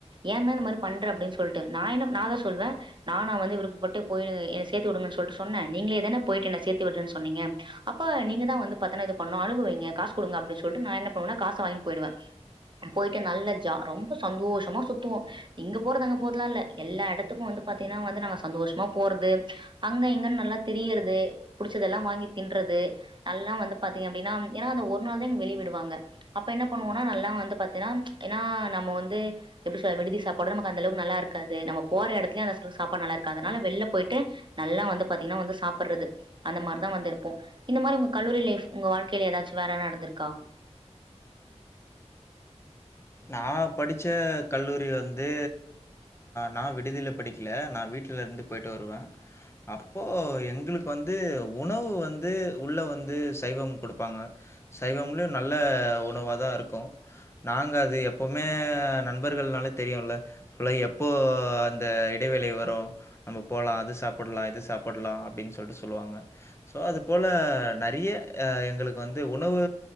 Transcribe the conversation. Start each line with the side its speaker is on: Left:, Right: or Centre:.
Right: ஏந்தா இந்த மாரி பண்ற அப்டின் சொல்ட்டு நா என்ன நான் தா சொல்வே நானா வந்து விருப்பப்பட்டு போய என சேத்து விடுங்கன்னு சொல்ட்டு சொன்னே நீங்களேதானே போயிட்டு என்ன சேத்து விட்றேன் சொன்னீங்க அப்ப நீங்க தா வந்து பாத்தனா இது பண்ணு அனுபவிங்க காஸ் குடுங்க அப்டி சொல்ட்டு நா என்ன பண்ணுவேனா காஸ வாங்கினு போயிடுவே போயிட்டு நல்ல ஜா ரொம்ப சந்தோஷமா சுத்துவோ இங்க போறது அங்க போறதலால்ல எல்லா எடத்துக்கு வந்து பாத்தீங்கன்னா வந்து நாங்க சந்தோஷமா போறது அங்க இங்கன்னு நல்லா தெரியறது புடிச்சதெல்லா வாங்கி தின்ற்றது நல்லா வந்து பாத்தீங்க அப்டின்னா ஏன்னா அது ஒரு நாள் தா எங்க வெளியே விடுவாங்க அப்ப என்ன பண்ணுவோனா நல்லா வந்து பாத்தீன்னா ஏன்னா நம்ம வந்து எப்படி சொல்றது விடுதி சாப்பாடு நமக்கு அந்தளவுக்கு நல்லாருக்கது நம்ம போற எடத்துலயு அந்தளவு சாப்பாடு நல்லாருக்காதுனால வெல்ல போயிட்டு நல்லா வந்து பாத்தீங்கன்னா வந்து சாப்ட்றது அந்த மாதிரிதா வந்துருப்போ இந்த மாரி உங்க கல்லூரி லைஃப் உங்க வாழ்க்கையில ஏதாச்சு வேற என்ன நடந்துருக்கா
Left: நா படிச்ச கல்லூரி வந்து நா விடுதில்ல படிக்கல நா வீட்டுலருந்து போயிட்டு வருவே அப்போ எங்களுக்கு வந்து உணவு வந்து உள்ள வந்து சைவோ குடுப்பாங்க சைவமுலயு நல்ல உணவ தாருக்கு நாங்க அது அது எப்பவுமே நண்பர்கள்னாலே தெரியுல்ல குள்ள எப்போ அந்த இடைவேளி வரு நம்ம போலா அது சாப்புல்லா இது சாப்புல்லா அப்படின்னு சொல்லிட்டு சொல்லுவாங்க சோ அதுபோ நறைய அ எங்களுக்கு வந்து உணவு